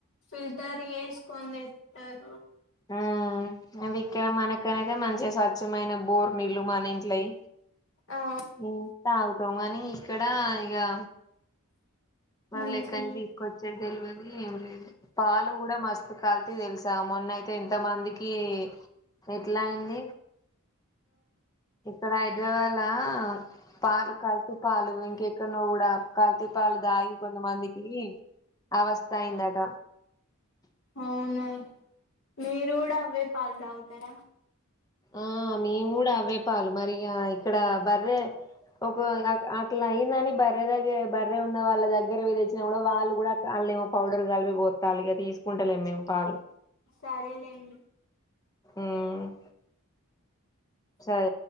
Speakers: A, on the left; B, on the left.
A: ఫిల్టర్ వేసుకొని తెత్తరు
B: ఉ అవి ఇక్కడ మనక అనేతే మంచిగా స్వచ్ఛమైన బోర్ నీళ్లు మన ట్లయి
A: ఆ
B: ఉ తాగుతాం కానీ ఇక్కడ ఇగా వాళ్ళు
A: మంచిగా
B: ఎక్కడి తీసుకొచ్చేది తెల్వది ఏం లేదు పాలు కూడా మస్తు కల్తీ తెలుసా మో కొంత మందికి ఎట్లా అయింది ఇక్కడ ఇవాళ పాలు కల్తీ పాలు ఇంకెక్కడునో కూడా కల్తీ పాలు తాగి కొంతమందికి అవస్థ అయిందట
A: అవునా మీరు కూడా అదే పాలు తాగుతారా
B: ఆ మేము కూడా అవే పాలు మరి ఇగ ఇక్కడ బర్రె ఒక్కో ఇగ అట్లా అయిందని బర్రె దగ్గర బర్రె ఉన్న వాళ్ళ దగ్గ దగ్గరవి తెచ్చినా కూడా వాళ్ళ కూడా అలెమో పౌడర్ కగాలిపి పోతాలు ఇగా తీసుకుంటలేం మేము పాలు
A: సరేలేండి
B: ఉమ్ సరే